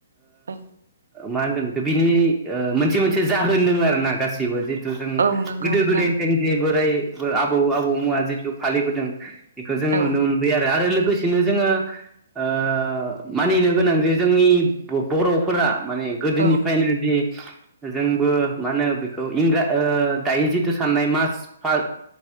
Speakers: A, on the right; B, in the centre.
A: औ
B: मा होनगोन बेखौ बिनि मोनसे मोनसे जाहोन दोङो आरो ना गासिबो, जिथु जों
A: औ नंगौ
B: गोदो
A: नोंथां
B: गोदायनिफ्रायनो जे बोराय आबौ आबौ मोनहा जिथु फालिबोदों बेखौ जों
A: औ
B: नुनो मोनबाय आरो आरो लोगोसेनो जोङो, ओ मानिनो गोनां जे जोंनि बर'फोरा, माने गोदोनिफ्रायनो
A: औ
B: बिदि, जोंबो मा होनो बेखौ इंरा दायो जिथु साननाय मास फार